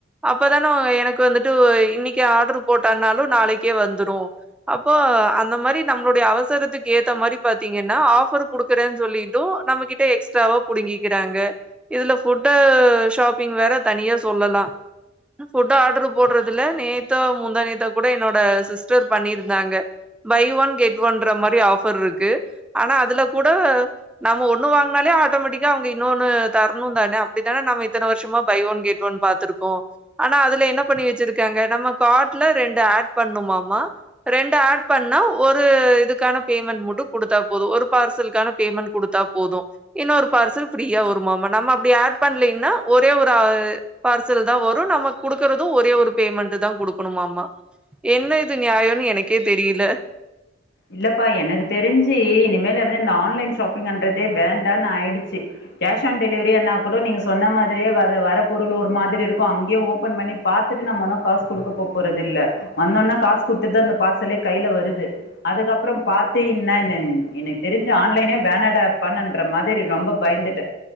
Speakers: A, in the centre; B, on the left.
A: அப்பதானே எனக்கு வந்துட்டு இன்னைக்கு ஆர்டரு போட்டான்னாலும் நாளைக்கே வந்துரும் அப்போ அந்த மாரி நம்மளுடைய அவசரத்துக்கு ஏத்த மாரி பாத்தீங்கன்னா ஆஃபர் குடுக்கறன்னு சொல்லிட்டும் நம்மக்கிட்ட எக்ஸ்ட்ராவா புடுங்கிக்கிறாங்க இதுல ஃபுட்டு ஷாப்பிங் வேற தனியா சொல்லலா ஃபுட்ட ஆர்டரு போடுறதுல நேத்தோ முந்தா நேத்தோ கூட என்னோட சிஸ்டர் பண்ணியிருந்தாங்க பை ஒன் கெட் ஒன்ற மாரி ஆஃபர் இருக்கு ஆனா அதுல கூட நம்ம ஒண்ணு வாங்குனாலே ஆட்டோமெட்டிக்கா அவங்க இன்னொனு தர்ணும் தான அப்டித்தான நம்ம இத்தன வர்ஷமா பை ஒன் கெட் ஒன் பாத்துருக்கோ ஆனா அதுல என்ன பண்ணி வச்சிருக்காங்க நம்ம கார்ட்ல ரெண்டு ஆட் பண்ணுமாமா ரெண்டு ஆட் பண்ணா ஒரு இதுக்கான பேமெண்ட் மட்டு குடுத்தா போதும் ஒரு பார்சலுக்கான பேமெண்ட் குடுத்தா போதும் இன்னோரு பார்சல் ஃப்ரீயா வருமாமாம் நம்ம அப்டி ஆட் பண்ணலின்னா ஒரே ஒரு பார்சல் தான் வரும் நம்ம குடுக்குறதும் ஒரே ஒரு பேமெண்ட்டு தா குடுக்கணுமாமா என்ன இது நியாயம்னு எனக்கே தெரியில
B: இல்லப்பா எனக்கு தெரிஞ்சி இனிமேல இருந்தே இந்த ஆன்லைன் ஷாப்பிங்ன்றதே வேண்டாம்னு ஆயிடுச்சி கேஷ் ஆன் டெலிவரி என்னா கூட நீங்க சொன்ன மாதிரியே வர வர பொருள் ஒரு மாதிரி இருக்கும் அங்கேயே ஓபன் பண்ணி பாத்துட்டு நம்ம ஒன்னும் காசு குடுக்க போ போறதுல்ல வந்தொன்ன காசு குடுத்துட்டுதா அந்த பார்சலே கைல வருது அதுக்கப்புறோ பாத்தீன்னா என்ன எனக்கு தெரிஞ்சு ஆன்லைனே வேணாடாப்பான்ற மாதிரி ரொம்ப பயந்துட்ட